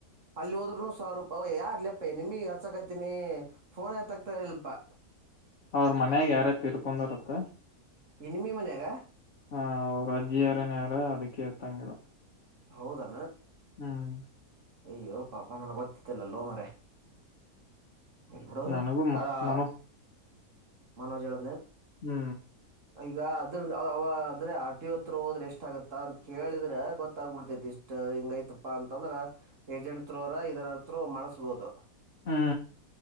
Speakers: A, on the right; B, on the left.
A: ಅಲ್ಲಿ ಹೋದ್ರೂನು ಸಾವಾ ಓ ಯಾರ್ಲಿಪ್ಪ ನಿಮಿಗೆ ಹಚ್ಚಕತೀನಿ ಫೋನ್ ಎತ್ತ ಆಗ್ತ ಇರ್ಲಪಾ
B: ಅವ್ರ ಮನ್ಯಾಗ ಯಾರ ತಿರ್ಕೊಂಡಿರತ್ತೆ
A: <unintelligible> ಮನ್ಯಾಗ
B: ಹಾ ಅವ್ರು ಅಜ್ಜಿ ಯಾರನ್ ಅದಕ್ಕೆೇ ಎತಂಗಿಲ್ಲ
A: ಹೌದಾ
B: ಹ್ಮ್
A: ಅಯ್ಯೋ ಪಾಪ ನನ್ ಗೊತ್ತತ್ತಿಲ್ಲಲ್ಲೋ ಮಾರಾಯ <unintelligible>
B: ನನಗೂ ಮ ಮನೋ
A: ಮನೋಜ ಹೇಳ್
B: ಹ್ಮ್
A: ಈಗ ಅದ್ರ ಅದ್ರೆ ಆರ್ ಟಿ ಓ ಹತ್ರ ಹೋದ್ರೆ ಎಷ್ಟ ಆಗತ್ತ ಅಂತ ಕೇಳಿದ್ರೆ ಗೊತ್ತಾಗಬಿಡ್ತೇತಿ ಇಷ್ಟ ಹಿಂಗೈತಪಾ ಅಂತಂದ್ರ ಏಜೆಂಟ್ ತ್ರೋರ ಇದರತ್ರ ಮಾಡಸ್ಬೋದು
B: ಹ್ಮ